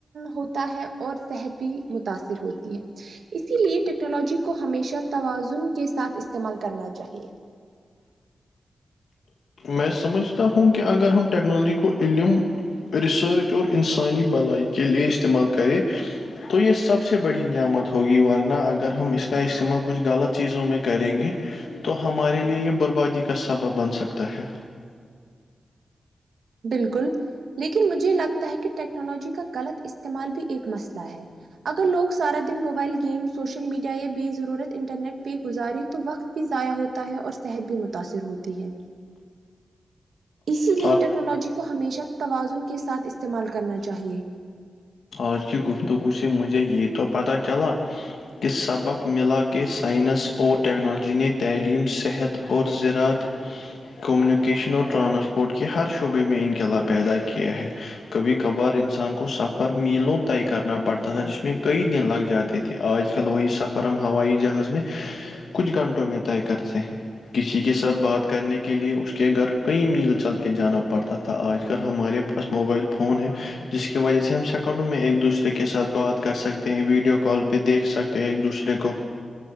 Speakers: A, on the right; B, on the left.
A: ہوتا ہے اور صحت بھی متاثر ہوتی ہے اسی لیے ٹیکنالوجی کو ہمیشہ توازن کے ساتھ استعمال کرنا چاہیے
B: میں سمجھتا ہوں کہ اگر ہم ٹیکنالوجی کو علم ریسرچ اور انسانی بھلائی کے لئے استعمال کرے تو یے سب سے بڑی نعمت ہوگی ورنہ اگر ہم اس کا استعمال کچھ غلط چیزوں میں کریں گے تو ہمارے لیے یے بربادی کا سبب بن سکتا ہے
A: بالکل لیکن مجھے لگتا ہے کی ٹیکنالوجی کا غلط استعمال بھی ایک مسئلہ ہے اگر لوگ سارا دن موبائل گیم سوشل میڈیا بے ضرورت انٹرنیٹ پے گزارے تو وقت بھی ضائع ہوتا ہے اور صحت بھی متاثر ہوتی ہے اسی
B: ج
A: لیے ٹیکنالوجی کو ہمیشہ توازن کے ساتھ استعمال کرنا چاہیے
B: آج کی گفتگو سے مجھے یے تو پتہ چلا ی سبق ملا کہ سائنس اور ٹیکنالوجی نے تعلیم صحت اور زراعت کمیونکیشن اور ٹرانسپورٹ کے ہر شعبے میں انقلاب پیدا کیا ہے کبھی کبھار انسان کو سخت پر میلوں طے کرنا پڑتا تھا جس میں کئی دن لگ جاتے تھے آج کل وہی سب اور ہم ہوائی جہاز میں کچھ گھنٹوں میں طے کرتے ہیں کسی کے ساتھ بات کرنے کے لیے اس کے گھر کہیں میل چل کے جانا پڑتا تھا آج کل ہمارے موبائل فون ہے جس کی وجہ سے ہم سب سیکنڈوں میں ایک دوسرے کے ساتھ بات کر سکتے ہیں ویڈیو کال پہ دیکھ سکتے ہیں ایک دوسرے کو